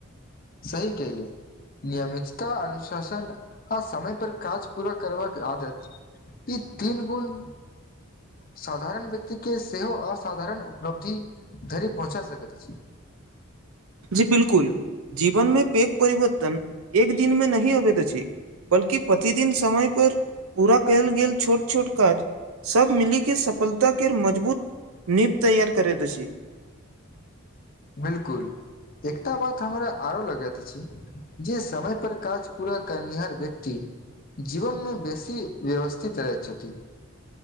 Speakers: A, on the left; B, on the right.
A: सही केलिय। नियमितता अनुशासन आ समय पर काज पूरा कर आदत। ई दिनगण। साधारण व्यक्ति के सेहो असाधारण उपलब्धि धरि पहुँचा सकैत अछि।
B: जी बिलकुल जीवन मे पक परिवर्तन एक दिन मे नही अबैत छै। बल्ि प्रतिदिन समय पर पूरा कयल गेल छोट छोट काज। सब मिली के सफलता के मजबूत नीप तैयार करे द छी।
A: बिलकुल। एकटा बात हमरा आरो लगत अछि जे समय पर काज पूरा करनिहार व्यक्ति। जीवनमे बेसी व्यवस्थित रहैत छथिन।